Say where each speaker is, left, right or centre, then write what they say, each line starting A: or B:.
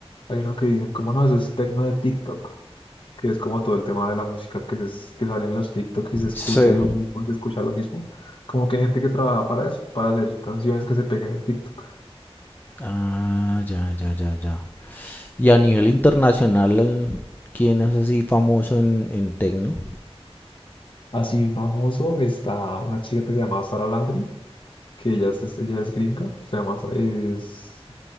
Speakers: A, on the left (about 50°); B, on the left (about 15°).
A: hay uno que dicen, como no, eso es tecno de TikTok, que es como todo el tema de la música que, se, que sale en los TikTok y se escucha
B: Sí.
A: lo mismo, se escucha lo mismo, como que hay gente que trabaja para eso, para hacer canciones que se pegan en TikTok.
B: Ah, ya, ya, ya, ya. Y a nivel internacional, ¿quién es así famoso en, en techno?
A: Así famoso está una chica que se llama Sara Landry, que ella es, es- ella es gringa, se llama, es,